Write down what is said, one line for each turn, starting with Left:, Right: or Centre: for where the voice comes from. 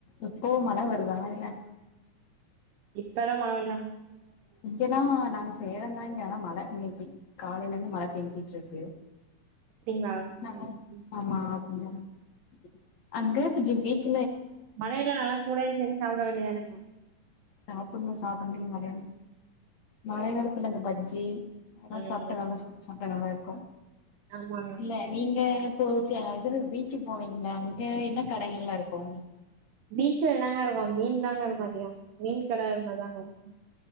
Left: இப்போ மழை வருதா ஆ இல்ல
Right: இத்த மா எல்லாம்
Left: இங்க எல்லாம் நாங்க செய்யறந்தாங்க ஆனா மழை இன்னிக்கி காலையில இருந்து மழை பெஞ்சிட்டு இருக்கு
Right: அப்படிங்களா சேரிங்க
Left: நல்லா
Right: சேரி
Left: <unintelligible> அங்க ஜுவீட்ஸ்
Right: மழையில நல்லா சூடா ஏதும் செஞ்ச சாப்பிட வேண்டியதானங்க ஆஹ்
Left: சாப்புண்ணும் சாப்பட நீங்க வல்லயா
Right: சேரி
Left: மழை காலத்துல அந்த பஜ்ஜி அதல்லாம்
Right: ம்
Left: சாப்டா நல்லா <unintelligible> சாப்டா நல்லா இருக்கும்
Right: ஆமாங்க
Left: இல்ல நீங்க போச்சு அது என்ன எது பீச்சுக்கு போவீங்களா அங்க என்ன கடைகள் எலாம் இருக்கும்
Right: பீச்சல எல்லாங்க இருக்கும் மீன் தாங்க இருக்கும் அதிகம் மீன் கிடையமா தாங்க இருக்கும்